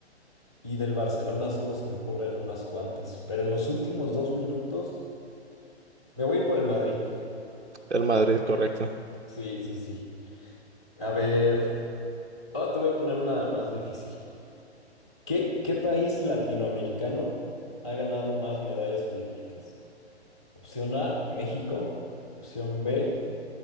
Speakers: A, in the centre; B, on the right.
A: y del Barcelona solo se me ocurren unas cuantas. Pero en los últimos dos minutos me voy a ir por el Madrid.
B: El Madrid, correcto.
A: Sí, sí, sí. A ver. Ahora te voy a poner una más difícil. ¿Qué, qué país latinoamericano ha ganado más medallas olímpicas? Opción A, México. Opción B,